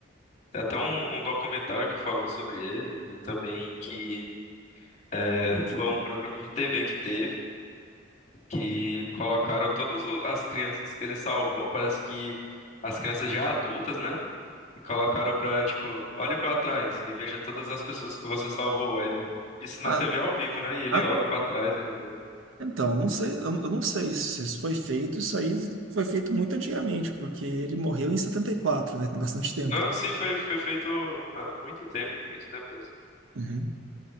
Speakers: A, on the left; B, on the right.
A: tem até um, um documentário que falou sobre ele e também que é, foi um programa de TV que teve, que colocaram todas o- as crianças que ele salvou, parece que as crianças já adultas, né? E colocaram pra, tipo, olhe pra trás e veja todas as pessoas que você salvou. Aí Ele, isso na
B: Ah,
A: TV ao vivo, né? E ele
B: ah,
A: olha pra trás, ele vê.
B: então, não sei, eu, eu não sei se isso foi feito, isso aí foi feito muito antigamente, porque ele morreu em 74, né? Tem bastante tempo.
A: Não, sim, foi, foi feito há muito tempo, muito tempo mesmo.
B: Uhum.